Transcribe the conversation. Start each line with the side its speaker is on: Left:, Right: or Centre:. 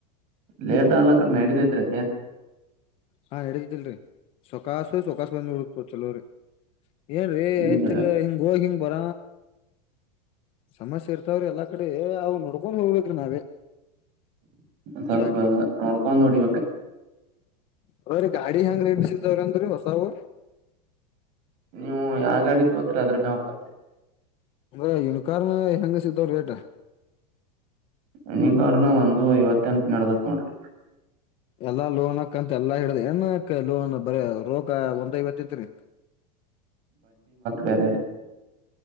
Right: ಲೇಟ್ ಆಗ್ಲಕ್ರ ನಡಿದಿದ್ರ ಅದೇನ
Left: ಹಾ ನಡಗಿದ್ದಿಲ್ರರಿ ಸೊಕಾಸು ಸೊಕಾಸು ಬಂದ ನಡ ಚಲೋ್ರಿ ಏನ್ರರಿ
Right: ಈಗ
Left: ಐತಿಲ್ ಹಿಂಗ ಹೋಗಿ ಹಿಂಗ್ ಬರ ಸಮಸ್ಯೆ ಇರ್ತಾವ್ರಿ ಎಲ್ಲಾ ಕಡೆ ಅವ ನೋಡ್ಕೊಂಡ್ ಹೋಗ್ಬೇಕ್ರಿ ನಾವೇ
Right: ಸ್ವಲ್ಪ
Left: ನಿಜವಾಗ್ಲಿ
Right: ನೋಡ್ಕೊಂಡ್ ಹೊಡಿ
Left: <unintelligible> ಗಾಡಿ ಹೆಂಗ್ ರೆಡ್ಸಿದವ್ರಂದ್ರೀ ಹೊಸವು
Right: ನೀವು ಯಾವ ಗ ಅಡಿ ತೋತ್ರ ಅದ್ರ ಮೇ ಹಕತ್ತ
Left: ಅಂದ್ರ ಯುನಿಕಾರ್ಮ್ ಹೆಂಗ ಸಿಗತವ ರೇಟ
Right: ಯುನಿ ಕಾರ್ನ್ ಒಂದು ಐವತ್ತೆಂಟು ನಡದತ್ ನೋಡ್ರಿ
Left: ಎಲ್ಲಾ ಲೋನ್ ಹಕ್ಕಂತ ಎಲ್ಲಾಿಡ್ದ್ ಏನ್ ಲೋನ್ ಬರ ರೋಕ ಒಂದೈಐವತ್ತತ್ರಿ
Right: ಬೈರೇ